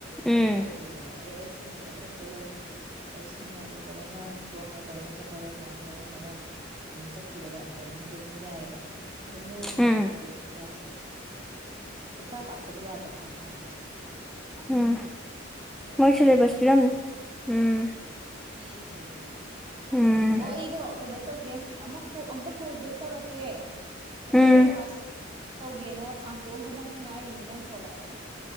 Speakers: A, in the centre; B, on the right (about 30°).
A: ꯎꯝ
B: ꯀꯩꯅꯣ ꯇꯧꯗ꯭ꯔꯤꯗꯅ ꯑꯦ ꯑꯩ ꯁꯤꯃ ꯇꯣ ꯂꯩ ꯑꯩ ꯁꯤ ꯉꯜꯂꯨ ꯃꯃ ꯄ ꯀꯩꯃ ꯆꯄ ꯀ ꯀ꯭ꯂꯥꯁꯣ ꯑꯗꯨꯝ ꯆꯠꯈꯤꯕꯗ ꯇꯥꯏꯃꯤꯡꯗꯣ ꯑꯗꯨꯝ ꯌꯥꯏꯑꯕ ꯑꯗꯣ ꯃꯣꯏꯒꯤꯅꯄꯤꯛꯂꯥꯏꯔꯤꯛ
A: ꯎꯝ
B: ꯈꯨꯇꯥꯛꯁꯦ ꯄꯨꯇꯥꯛ ꯇꯥꯛꯄꯗꯤ ꯌꯥꯗꯕ ꯍꯥꯏꯇꯥꯔꯦꯅꯦ
A: ꯎꯝ ꯃꯣꯏ
B: ꯑꯗꯨꯅꯦ
A: ꯁꯂꯦꯕꯁ ꯄꯤꯔꯝꯅꯤ ꯎꯝ
B: ꯄꯤꯌꯦ ꯄꯤꯌꯦ
A: ꯎꯝ
B: ꯑꯣ ꯑꯩꯗꯣ ꯀꯩꯅꯣ ꯇꯧꯒꯦ ꯑꯃꯨꯛ ꯑꯝꯇ ꯀꯣꯜ ꯕꯦꯛ ꯇꯧꯔꯛꯀꯦ ꯑꯩꯗꯣ
A: ꯎꯝ
B: ꯕ꯭ꯔꯦꯛꯐꯥꯁ ꯇꯧꯒꯦꯅ ꯊꯥꯡ ꯇꯣꯛꯑꯝꯕꯗ ꯉꯥꯏꯔꯤꯅꯦ ꯅꯪ ꯐꯣꯟꯜ ꯂꯥꯛꯑꯦꯅ